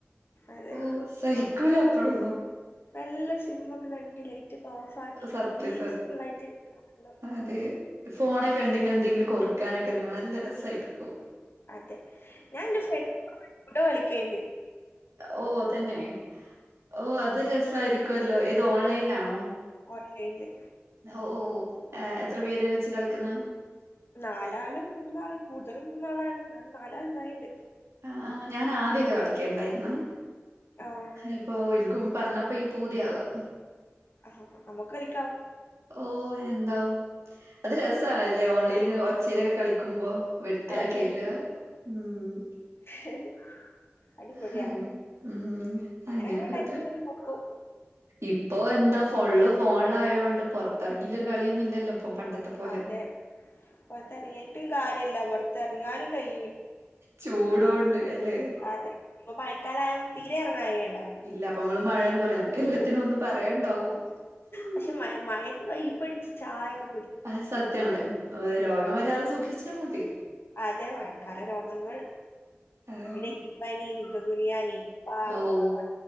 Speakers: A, on the left; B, on the right.
A: അതെ
B: ഓഹ് സഹിക്കൂല അപ്പഴൊന്നും
A: നല്ല സിൻമൊക്കെ കണ്ട് ലെയ്റ്റൊക്കോഫ് ആക്കി
B: സത്യം
A: പീസ്ഫുള്ളായിട്ട് കാണ്ണം
B: അതെ ഫോണൊക്കെണ്ടിങ്ങെനെ എന്തെങ്കിലു കൊറിക്കാനൊക്കെ എന്തെം വേണം നല്ല രസായ്ര്ക്കും
A: അതെ ഞാൻ എന്റെ ഫ്രണ്ടിനെ വിളിക്കിണ്ട്
B: ഓഹ് തെന്നെ ഓഹ് അത് രസായ്ര്ക്കോല്ലോ ഏത് ഓൺലൈൻലാണോ
A: ഓൺലൈൻല്
B: ഹോ ഓഹ് എത്ര പേര് വെച്ച് കളിക്കുന്ന്
A: നാലാള് മൂന്നാള് കൂടുതലും മൂന്നാളാണ് ന്നാലും നാലാളിണ്ടായിണ്ട്
B: അഹ് ആഹ് ഞാൻ ആദ്യൊക്കെ കളിക്കലിണ്ടായിരുന്ന്
A: ആഹ്
B: ഇപ്പോ ഇൻക്കും പറഞ്ഞപ്പോ ഇയ്യ് പൂതിയാവാ
A: ആഹാ നമുക്ക് കളിക്കാം
B: ഓഹ് എന്താ അത് രസാണല്ലേ ഓൺലൈൻല് ഒച്ചയിലൊക്കെ കളിക്കുമ്പോ വെട്ടാ
A: അതെ
B: കീറാ ഉം
A: <inaudible> അടിപൊളിയാ
B: ഹങ്ങനെ ഉം
A: അങ്ങനെ
B: അങ്ങനെക്കൊരു
A: അങ്ങനെ
B: ടൈം
A: ഇങ്ങനെ പോക്കും
B: ഇപ്പൊ എന്താ ഫുള്ള് ഫോണിലായോണ്ട് പൊറത്തിറങ്ങില്ലൊരു കളിയൊന്നും ഇല്ലല്ലോ ഇപ്പം പണ്ടത്തെ പോലെ
A: അതേ പൊർത്തെറങ്ങീട്ടും കാര്യല്ല പൊറത്തെറങ്ങാനും കഴയി
B: ചൂടോണ്ട് അല്ലേ
A: അതെ ഇപ്പ മയക്കാലായോണ്ട് തീരെ എറങ്ങാൻ കഴിയുണ്ടാവു
B: ഇല്ല അപ്പമ്മള് മഴാന്ന് പറിം നമുക്ക് എല്ലാത്തിനൊന്നു പറയാണ്ടാവും. ഉം
A: പക്ഷേ മയ മയേത്ത് കയ്യുപിടിച്ച് ചായകു
B: അത് സത്യാണ്ബായ് മ് രോഗം വരാതെ സൂക്ഷിച്ചാൽ മതി.
A: അതേ മഴക്കാല രോഗങ്ങൾ.
B: അത്
A: പിന്നെ ഇങ്കിപ്പനി ചിക്കൻഗുനിയ നിപ്പ
B: ഓ
A: കൊറോണ.